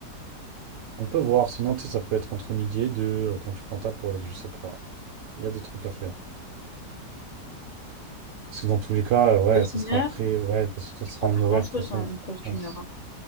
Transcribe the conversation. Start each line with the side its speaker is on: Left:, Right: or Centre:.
Right: On peut voir, sinon, tu sais, ça peut être entre midi et deux, euh, quand tu prends ta pause, je sais pas. Il y a des trucs à faire. Parce que dans tous les cas, euh, ouais,
Left: Pause
Right: ça
Left: d'une
Right: sera
Left: heure,
Right: après, ouais, parce que ça
Left: je
Right: sera
Left: peux
Right: en
Left: pas faire
Right: horaire,
Left: grand-chose,
Right: de toute façon,
Left: hein, une pause d'une
Right: France.
Left: heure. hein.